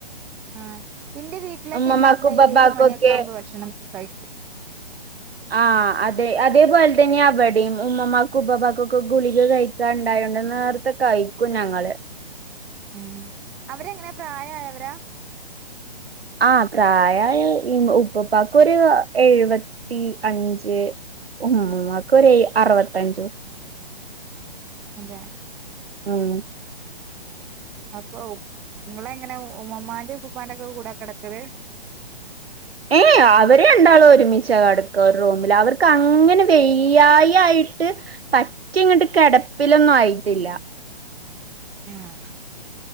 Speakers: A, in the centre; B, on the right.
A: ആഹ് ഇന്റെ വീട്ടിലൊക്കെ
B: ഉമ്മമാക്കും
A: ന്റെമ്മ
B: ഉപ്പപ്പാക്കും
A: ഏഴ് മണിയൊക്കെ
B: ഒക്കെ
A: ആവുമ്പ ഭക്ഷണം കഴിക്കും.
B: ആഹ് അതെ അതേപോൽതന്നെ അവടീം ഉമ്മമാക്കും ഉപ്പപ്പാക്കൊക്കെ ഗുളിക കഴിക്കാണ്ടായൊണ്ട് നേർത്ത് ത്തെ കഴിക്കും ഞങ്ങള്.
A: ഉം അവരെങ്ങനെ പ്രായായവരാ?
B: ആഹ് പ്രായയ ഇ ഉപ്പപ്പാക്കൊരു എഴുവത്തി അഞ്ച്. ഉമ്മൂമ്മാക്കൊരു എയ് അറുവത്തഞ്ചും.
A: അതെ.
B: ഉം.
A: അപ്പൊ ഉ ങ്ങളെങ്ങനെ ഉമ്മമാന്റെ ഉപ്പുപ്പാന്റൊക്കെ കൂടെ കെടക്കല്.
B: ഏയ് അവര് രണ്ടാളും ഒരുമിച്ചാ കടക്ക ഒരു റൂമില് അവർക്കങ്ങനെ വെയ്യായി ആയിട്ട്. പറ്റങ്ങട്ട് കെടപ്പിലൊന്നു ആയിട്ടില്ല.
A: ആഹ്